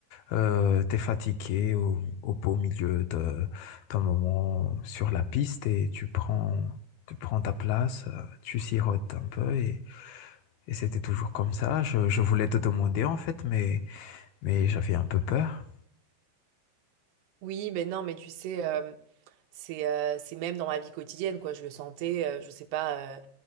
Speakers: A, on the left; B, on the right.
A: Euh, t'es fatigué au, au beau milieu de, d'un moment sur la piste et tu prends, tu prends ta place, euh, tu sirotes un peu et, et c'était toujours comme ça. Je, je voulais te demander en fait, mais mais j'avais un peu peur.
B: Oui, mais non, mais tu sais, euh, c'est euh, c'est même dans ma vie quotidienne, quoi. Je le sentais, euh, je sais pas, euh,